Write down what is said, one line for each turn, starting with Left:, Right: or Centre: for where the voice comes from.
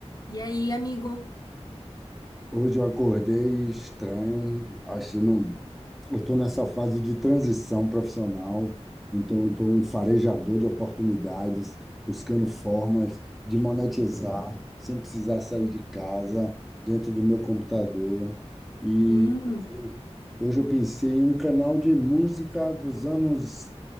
Left: E aí, amigo?
Centre: Hoje eu acordei estranho, achando. Eu estou nessa fase de transição profissional, então eu estou um farejador de oportunidades, buscando formas de monetizar sem precisar sair de casa, dentro do meu computador. E
Left: Hum,
Centre: hoje eu pensei em um canal de música dos anos